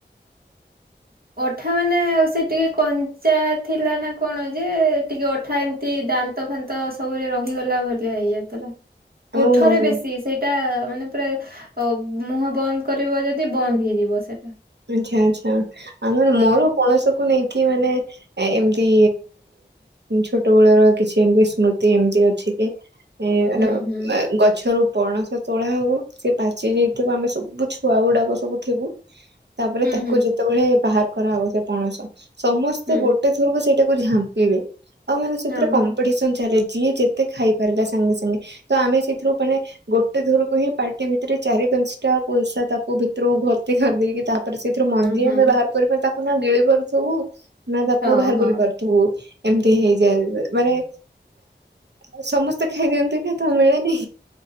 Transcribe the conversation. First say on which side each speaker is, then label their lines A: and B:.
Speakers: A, on the right; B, on the right.
A: ଅଠା ମାନେ ଆଉ ସେ ଟିକେ କଞ୍ଚା ଥିଲା ନା କଣ ଯେ ଟିକେ ଅଠା ଏମ ଏ ଦାନ୍ତ ଫାନ୍ତ ସବୁରେ ରହିଗଲା ଭଳିଆ ହେଇଯାଇଥିଲା।
B: ଓ
A: ଓଠରେ
B: ହୋ ହୋ
A: ବେଶୀ ସେଇଟା ମାନେ ପୁରା ମୁହଁ ବନ୍ଦ କରିବ ଯଦି ବନ୍ଦ ହେଇଯିବ ସେଇଟା।
B: ଆଚ୍ଛା ଆଛା ଆଉ ନହଲେ ମୋର ପଣସକୁ ନେଇକି ମାନେ ଏମିତି ଛୋଟ ବଳର କିଛି ଏମତି ସ୍ମୃତି ଏମିତି ଅଛି କି? ଏ ମାନ
A: ହୁଁ ହୁଁ
B: ଗଛରୁ ପଣସ ତୋଳା ହବ ସିଏ ପାଚି ଯାଇଥିବ ଆମେ ସବୁ ଛୁଆ ଗୁଡାକ ସବୁ ଥିବୁ। ତାପରେ
A: ହୁଁ
B: ତାକୁ
A: ହୁଁ
B: ଯେତେବେଳେ ବାହାର କରାହବ ସେ ପଣସ ସମସ୍ତେ
A: ହୁଁ
B: ଗୋଟେ ସେଇଟାକୁ ଝାମ୍ପିବେ ଆଉ ମାନେ ସେଥିରେ
A: ହଁ
B: କମ୍ପିଟସନ
A: ହଁ
B: ଚାଲେ। ଯିଏ ଯେତେ ଖାଇ ପାରିଲା ସାଙ୍ଗେ ସାଙ୍ଗେ। ତ ଆମେ ସେଇଥିରୁ ମାନେ ଗୋଟେ ଥରକୁ ହିଁ ପାଟି ଭିତରେ ଚାରି ପାଞ୍ଚଟା ପଇସା ତାକୁ ଭିତରୁକୁ ଭର୍ତ୍ତି କରିଦେଇକି ତାପରେ ସେଇଥିରୁ ମନ୍ଦି
A: ହଁ ହଁ
B: ଆମେ ବାହାର ତାକୁ ନା ଗିଳି ପାରୁଥିବୁ ନା ତାକୁ
A: ଓହୋ
B: ବାହାର କରିପାରୁଥୁ ତୁ ଏମିତି ହେଇଯାଏ ମାନେ ଆଉ ସମସ୍ତେ ଖାଇଦିଅନ୍ତି କି ତ ମିଳେନି।